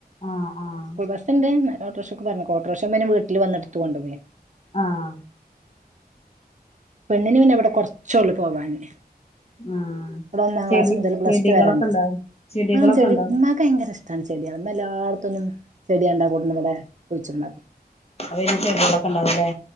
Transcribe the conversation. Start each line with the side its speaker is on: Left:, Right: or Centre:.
Left: ആഹ് ആഹ്
Right: സ്കൂൾ ബസ്ണ്ട് ന്നാലും ഓട്ടോറിക്ഷയ്ക്ക് പറഞ്ഞയക്കും ഓട്ടോറിക്ഷ പിന്നെ വീട്ടിൽ വന്നെടുത്ത് കൊണ്ട് പോവെ
Left: ആഹ്
Right: പെണ്ണിന് പിന്നെ ഇവിടെ കൊറച്ചേള്ള് പോവാന്
Left: ആഹ്
Right: ഇവിടെ ഒന്നാം
Left: ചെടി
Right: ക്ലാസ് മുതൽ പ്ലസ്
Left: ചെടികളൊക്കെ
Right: ടു വരെണ്ട്
Left: ഉണ്ടോ ചെടികളൊക്കെ
Right: ആഹ് ചെടി
Left: ഉണ്ടോ
Right: ഇന്നാ ക്ക് ഭയങ്കര ഇഷ്ടാണ് ചെടിയാള് ഇമ്മ എല്ലാട്ത്ത്ന്നും ചെടികണ്ടാ കൊടുന്ന് ഇമ്പടെ കുഴിച്ചിട്ട്ണ്ടാക്കും
Left: അപ്പം പിന്നെ ചെടികളൊക്കെണ്ടാവൂല്ലേ